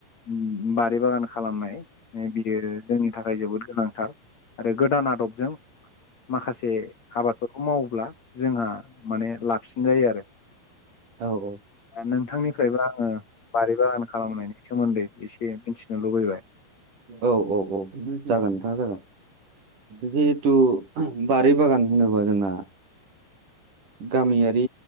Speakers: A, on the left (about 35°); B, on the right (about 40°).
A: ओम बारि बागानखौ। खालामनाय बियो जोंनि थाखाय जोबोद गोनांथार आरो गोदान आदबजों। माखासे आबादफोरखौ मावोब्ला जोंहा माने लाबसिन जायो आरो।
B: औ।
A: नोंथांनिफ्रायबो आङो बारि बागान खालामनायनि सोमोन्दै एसे मिथि। औ लुबैबाय।
B: औ औ औ जागोन नोंथां जागोन जेहु। थु बारि बागान‌ होनोबा जोंना। गामियारि